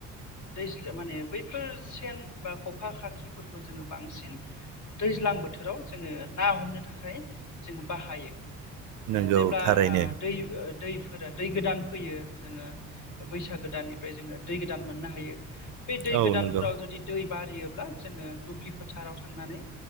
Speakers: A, on the left; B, on the right.
A: दैज्ल माने बैफोर सेन बा खखा खाखिफोरखौ जोङो बांसिन दैज्लां बोथोराव जोङो ना हमनो थाखाय जोङो बाहायो
B: नंगौ
A: ओ जेब्ला
B: थारैनो
A: ओ दै दैफोरा दै गोदान फैयो जोङो बैसागो दाननिफ्राय जोङो दै गोदान मोननो हायो बे दै
B: औ
A: गोदानफोराव
B: नंगौ
A: जुदि दै बारियोब्ला जोङो दुब्लि फोथाराव थांनानै